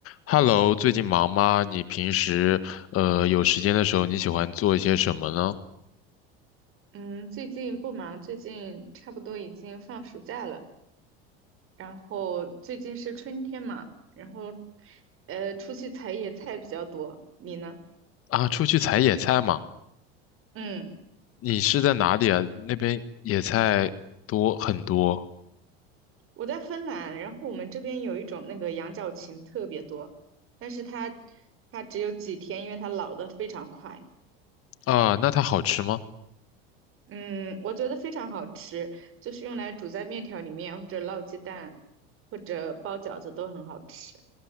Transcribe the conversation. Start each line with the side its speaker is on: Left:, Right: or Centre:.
Left: Hello，最近忙吗？你平时呃有时间的时候，你喜欢做一些什么呢？
Right: 嗯，最近不忙，最近差不多已经放暑假了，然后最近是春天嘛，然后呃出去采野菜比较多。你呢？
Left: 啊，出去采野菜嘛？
Right: 嗯，
Left: 你是在哪里啊？那边野菜多很多
Right: 我在芬兰，然后我们这边有一种那个羊角芹特别多，但是它它只有几天，因为它老得非常快。
Left: 啊，那它好吃吗？
Right: 嗯，我觉得非常好吃，就是用来煮在面条里面，或者烙鸡蛋，或者包饺子都很好吃。